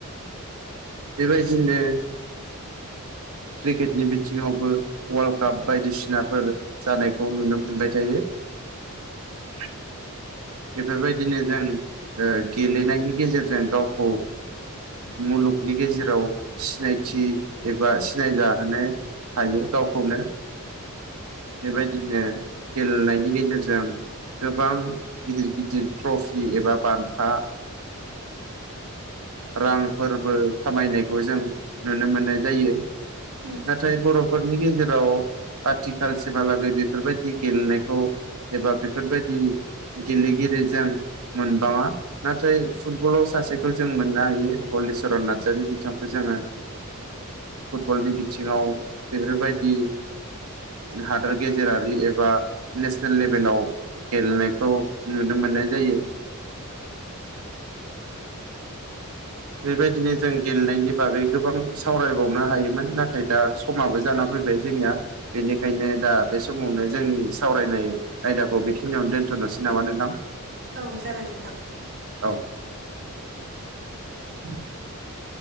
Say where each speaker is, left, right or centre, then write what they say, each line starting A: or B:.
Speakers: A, on the right (about 75°); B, on the right (about 45°).
A: बेबायदिनो क्रिकेटनि बिथिंङावबो वर्ल्ड काप बायदिसिनाफोर जानायखौ नुनो मोनबाय थायो <unintelligible> बेफोरबायदिनो जों गेलेनायनि गेजेरजों गावखौ मुलुगनि गेजेराव सिनायथि एबा सिनायजाहोनो हायो गावखौनो बेबायदिनो गेलेनायनि गेजेरजों गोबां गिदिर गिदिर ट्रफि एबा बान्था रांफोरबो खामायनायखौ जों नुनो मोननाय जायो।
B: उम
A: नाथाय बर'फोरनि गेजेराव आथिखालसिमहालागै बेफोरबायदि गेलेनायखौ एबा बेफोरबायदि गेलेगिरि जों मोनबांङा नाथाय फुटबलाव सासेखौ जों मोननो हायो हलिचरन नार्जारि बिथांखौ जोंङो फुटबलनि बिथिंङाव बेफोरबायदि हादोर गेजेरारि एबा नेसनेल लेभेलाव गेलेनायखौ नुनो मोननाय जायो। बेबायदिनो जों गेलेनायनि बागै गोबां सावरायबावनो हायोमोन नाथाय दा समाबो जाना फै फैबाय जोंनिया बेनिखायनो दा बे समावनो जोंनि सावरायनाय आयदाखौ बेखिनियावनो दोनथ' होननोसै नामाा नोंथां
B: औ जागोन नोंथां
A: औ <inaudible>